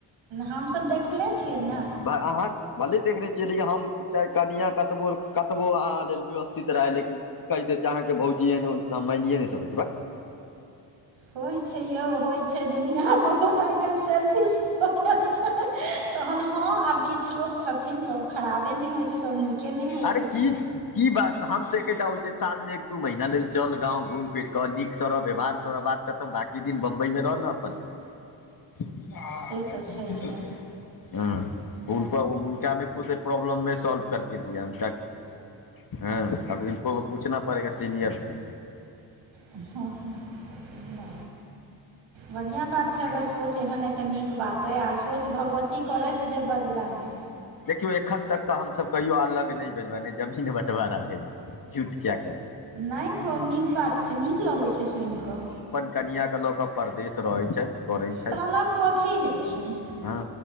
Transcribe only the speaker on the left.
माय अहाँक भले देखने छिये लिए हम चाहे कनिया कतबो कतबो अहाँ लेल व्यवस्थित रहै लेकिन कहि दैत जे अहाँकेँ भौजी ऐहन - ओहेन तऽ हम मानिये नय सकै छि भक
अरे
की की बात हम तऽ एकेटा आबै छियै साल मे एक दू महीना लेल चल गांव घुम फिर कऽ नीक सँ रह व्यवहार तोरा बाद कतऽ बाकी दिन बम्बई मे रह नऽ अपन। <unintelligible> हुँ
हनको हुनकामे खुद प्रॉब्लममे सॉल्व करके दिया क्याकी हँ आब इनको को पूछना पड़ेगा सीनियर से
देखियौ एखन तक तऽ हमसभ कहियो अलग नय भेलहु हँ नय जमीन बँटवारा भेल हँ, झूठ क्या कहु
कनिया कऽ के लऽ कऽ परदेश रहैत छथि, करै छथि
हँ